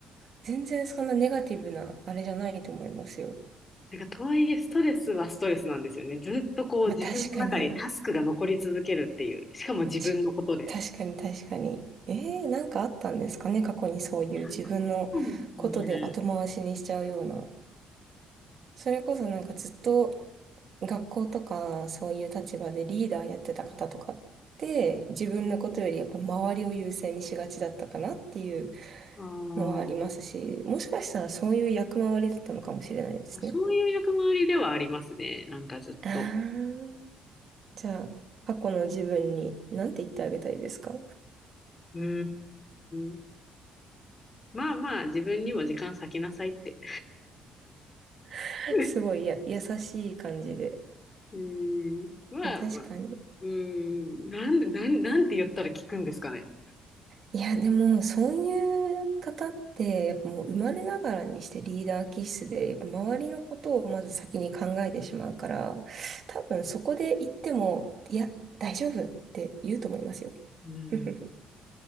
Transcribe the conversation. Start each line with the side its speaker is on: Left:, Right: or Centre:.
Right: 全然そんなネガティブなあれじゃないと思いますよ。
Left: なんかとはいえ、ストレスはストレスなんですよね。ずっとこう自分の中にタスクが残り続けるっていう。
Right: まあ確かに、
Left: しかも自分のことで。
Right: ち確かに確かに。えー、なんかあったんですかね過去にそういう自分のことで後回しにしちゃうような。
Left: 大変なんですね。
Right: それこそなんかずっと学校とかそういう立場でリーダーやってた方とかって自分のことよりやっぱ周りを優先にしがちだったかなっていう
Left: あ
Right: のはありますし、もしかしたらそういう役回りだったのかもしれないですね。
Left: あ、そういう役回りではありますね。なんかずっと。
Right: あーじゃあ、過去の自分に何て言ってあげたいですか
Left: うーん。まあまあ、自分にも時間割きなさいって。
Right: <laughs>
Left: <laughs>
Right: すごいや優しい感じで。
Left: うーん。まあまあ。
Right: 確かに。
Left: うーん。なんで、なん、なんて言ったら聞くんですかね。
Right: いや、でも、そういう方って、やっぱもう生まれながらにしてリーダー気質で、やっぱ周りのことをまず先に考えてしまうから、多分そこで言っても、いや、大丈夫って言うと思いますよ。
Left: うん。
Right: <laughs>